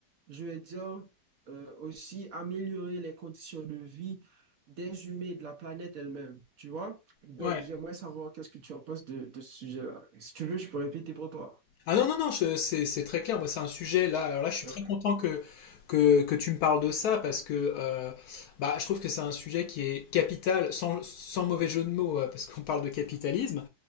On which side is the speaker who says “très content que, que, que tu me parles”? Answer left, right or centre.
Left